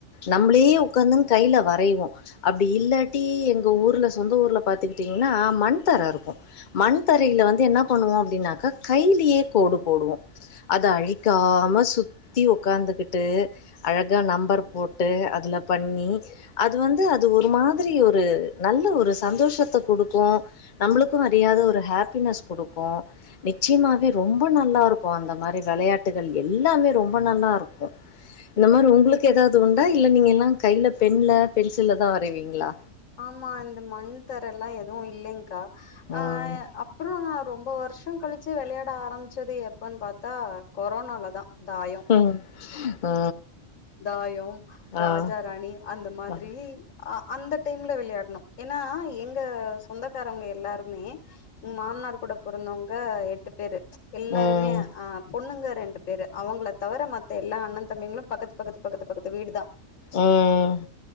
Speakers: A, on the left (about 45°); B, on the left (about 80°).
A: நம்மளே உகாந்துன்னு கையில வரைவோ அப்டி இல்லாட்டி எங் க ஊர்ல சொந்த ஊர்ல பாத்துக்கிட்டீங்கன்னா மண் தர இருக்கு மண் தரையில வந்து என்ன பண்ணுவோ அப்டின்னாக் க கையிலயே கோடு போடுவோ அத அழிக்காம சுத்தி உக்காந்துகுட்டு அழகா நம்பர் போட்டு அதுல பண்ணி அது வந்து அது ஒரு மாதிரி ஒரு நல்ல ஒரு சந்தோஷத்த கொடுக்கு நம்மளுக்கு அரியாத ஒரு ஹாப்பினஸ் கொடுக்கு நி ச்சியமாவே ரொம்ப நல்லா இருக்கு அந்த மாரி வெளையாட்டுகள் எல்லாமே ரொம்ப நல்லா இருக்கு இந்த மாரி உங்களுக்கு ஏதாவது உண்டா இல்ல நீங்க எல்லா கையில பெண்ல பென்சில்ல தா வரைவீங்களா
B: ஆமா இந்த மண் தர எல்லா எதுவு இல்லைங்க்கா
A: ம்
B: ஆ அப்புறா ரொம்ப வருஷ் ஒ கழிச்சு வெளையாட ஆரம்பிச்சது எப்பன்னு பாத்தா கொரோனாலதா தாயொ
A: ம் ம் ஆ
B: தாயோ
A: ஆ
B: ராஜா
A: ம்
B: ராணி அந்த மாதிரி
A: ம்
B: அ டீம்ல விளையாட்ணு ஏன்னா எங்க சொந்தக்காரவங்க எல்லாருமே மாமனார் கூட பொறந் வங்க எட்டு பேரு எல்லாருமே
A: ம்
B: அ பொண்ணுங்க ரெண்டு பேரு அவங்கள தவிர மத்த எல்லா அண்ணன் தம்பிங்களு பக்கத்து பக்கத்து பக்கத்து பக்கத்து வீடுதா
A: ம்